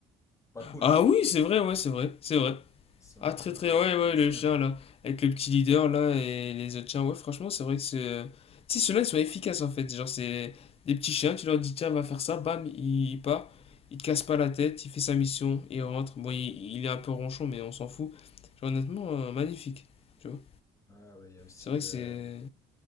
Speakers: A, on the left; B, on the left.
A: pas Pakun,
B: Ah oui, c'est vrai, ouais, c'est vrai, c'est vrai.
A: son
B: Ah,
A: équipe
B: très très,
A: de,
B: ouais, ouais,
A: de chiens
B: le chien
A: là.
B: là, avec le petit leader là et les autres chiens, ouais, franchement, c'est vrai que c'est. euh, Si ceux-là ils sont efficaces en fait, genre c'est des petits chiens, tu leur dis tiens, va faire ça, bam, il, il part, il te casse pas la tête, il fait sa mission, il rentre. Bon, il, il est un peu ronchon, mais on s'en fout. Genre, honnêtement, euh, magnifique, tu vois.
A: Ouais, ouais, il y a aussi.
B: C'est vrai
A: euh,
B: que c'est.